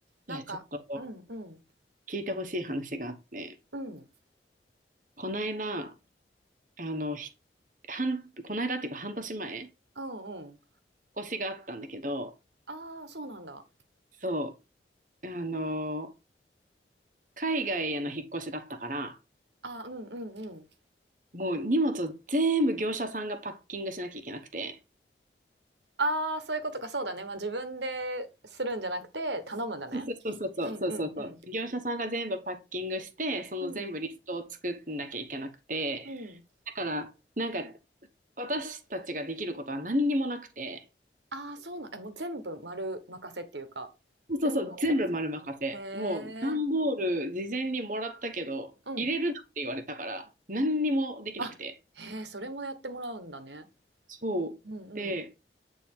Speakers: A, on the right (about 45°); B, on the right (about 80°).
A: いや、
B: なんか、
A: ちょっと
B: うんうん
A: 聞いてほしい話があって、
B: うんうん
A: この間、あの、ひ半、この間っていうか半年前、引
B: うん
A: っ越しがあったんだけど、
B: ああそうなんだ
A: そう、あの、海外への引っ越しだったから、
B: あーうんうんうん
A: もう荷物を全部業者さんがパッキングしなきゃいけなくて、
B: ああそういうことかそうだねまあ自分でするんじゃなくて頼むんだね
A: そうそうそうそうそうそう。
B: うんうんうん
A: 業者さんが全部パッキングして、その全部リストを作んなきゃいけなくて、
B: うん、うん
A: だから、なんか私たちができることは何にもなくて、
B: ああそうなんえもう全部丸任せっていうか全部お任せ
A: そうそう、全部丸任せ。
B: へえ
A: もう、段ボール事前にもらったけど、
B: うん
A: 入れるなって言われたから、何にもできなくて。
B: あへえそれもやってもらうんだね
A: そう。
B: うんうん
A: で、